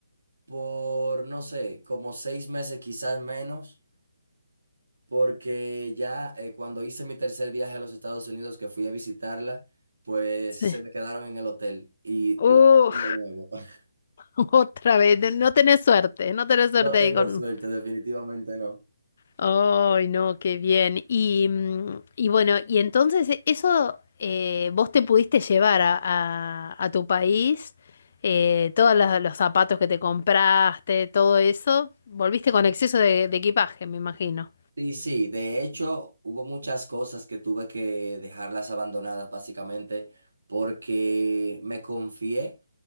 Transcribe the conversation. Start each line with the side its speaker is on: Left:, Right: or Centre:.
Right: por, no sé, como seis meses quizás menos porque ya eh, cuando hice mi tercer viaje a los Estados Unidos, que fui a visitarla, pues
Left: sí.
Right: se me quedaron en el hotel y
Left: Uf,
Right: lo terminé de nuevo. <laughs>
Left: <laughs> otra vez. No no tenés suerte, no tenés suerte
Right: No tengo
Left: ahí con...
Right: suerte, definitivamente no.
Left: Ay, no, qué bien. Y, mm, y bueno, y entonces e- eso eh, vos te pudiste llevar a, a- a tu país, eh, todos los, los zapatos que te compraste, todo eso, volviste con exceso de, de equipaje, me imagino.
Right: Sí, sí, de hecho hubo muchas cosas que tuve que dejarlas abandonadas básicamente porque me confié